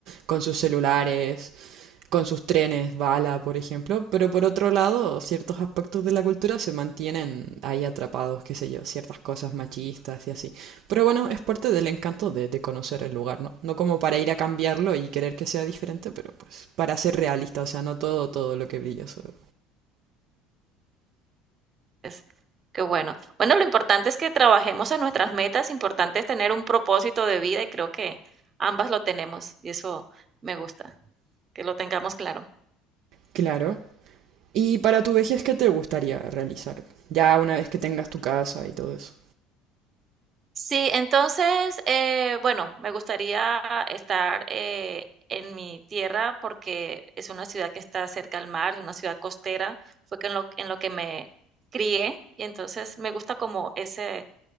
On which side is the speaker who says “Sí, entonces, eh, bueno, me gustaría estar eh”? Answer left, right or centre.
Right